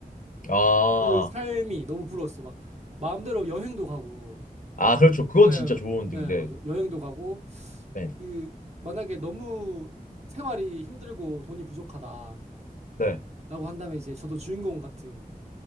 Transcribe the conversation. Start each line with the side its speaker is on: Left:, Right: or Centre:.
Left: 아.
Right: 그 삶이 너무 부러웠어요. 막 마음대로 여행도 가고.
Left: 아, 그렇죠. 그건
Right: 네,
Left: 진짜 좋은 등대.
Right: 네, 맞아. 여행도 가고
Left: 네.
Right: 그 만약에 너무 생활이 힘들고 돈이 부족하다.
Left: 네.
Right: 라고 한다면 이제 저도 주인공 같은